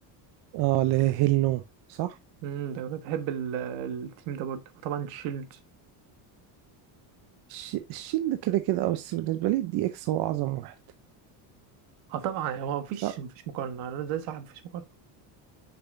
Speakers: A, on the right; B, on the right.
A: اه لا هيل نو صح
B: امم ده أنا بحب ال- التيم ده برضو طبعا الشيلد
A: الش- الشيلد كده كده آه، بس بالنسبة لي الدي إكس هو أعظم واحد
B: اه طبعا هو مفيش
A: لا
B: مفيش مقارنه انا زي صاحب مفيش مقارنه